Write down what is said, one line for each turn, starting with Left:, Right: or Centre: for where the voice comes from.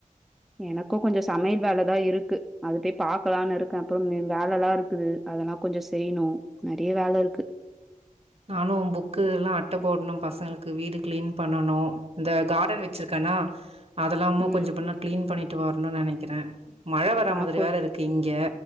Centre: எனக்கு கொஞ்சோ சமையல் வேலதா இருக்கு அது போய் பாகக்கலான்னு இருக்கே அப்புறோ வேலல்லா இருக்குது அதெல்லா கொஞ்சோ செய்ணு நிறைய வேல இருக்கு
Right: நானு புக்குல்லா அட்டை போடணு பசங்களுக்கு வீடு கிளீன் பண்ணனு இந்த கார்டன் வச்சிரு னா அதெல்லாமு
Centre: ம்.
Right: கொஞ்சோ பன்ன கிளீன் பண்ணிட்டு வரனுனு நினைக்கிறே மழ வர
Centre: நான்
Right: மாதிரி வேற இருக்கு இங்க